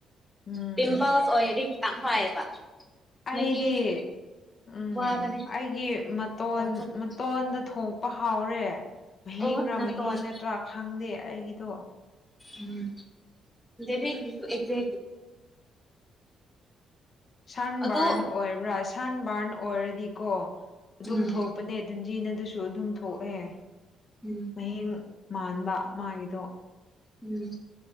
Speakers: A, on the left; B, in the centre.
A: ꯎꯝ
B: ꯄꯤꯝꯄꯜꯁ ꯑꯣꯏꯔꯗꯤ ꯈꯤꯇꯪ ꯐꯥꯏꯌꯦꯕ
A: ꯑꯩꯗꯤ
B: ꯃꯍꯤꯡꯗꯤ
A: ꯎꯝ
B: ꯋꯥꯕꯅꯦ
A: ꯑꯩꯒꯤ ꯃꯇꯣꯟ
B: ꯂꯧꯊꯣꯛꯄ
A: ꯃꯇꯣꯟꯗ ꯊꯣꯛ ꯄ ꯍꯥꯎꯔꯦ ꯃꯍꯤꯡꯒꯥ
B: ꯑꯣ ꯅꯥꯇꯣꯟ
A: ꯃꯍꯤꯡ ꯅꯠꯇ꯭ꯔꯥ ꯈꯪꯗꯦ ꯑꯩꯒꯤꯗꯣ
B: ꯎꯝ ꯗꯦꯔꯦꯛ ꯑꯦꯖ
A: ꯁꯟꯕꯔꯟ
B: ꯑꯗꯣ
A: ꯑꯣꯏꯕ꯭ꯔꯥ ꯁꯟ ꯕꯥꯔꯟ ꯑꯣꯏꯔꯗꯤꯀꯣ ꯑꯗꯨꯝ
B: ꯎꯝ
A: ꯊꯣꯛꯄꯅꯦ ꯟꯖꯤꯅ ꯑꯗꯨꯁꯨ ꯑꯗꯨꯝ ꯊꯣꯛꯑꯦ
B: ꯎꯝ
A: ꯃꯍꯌꯦꯡ ꯃꯥꯟꯕ ꯃꯥꯒꯤꯗꯣ
B: ꯎꯝ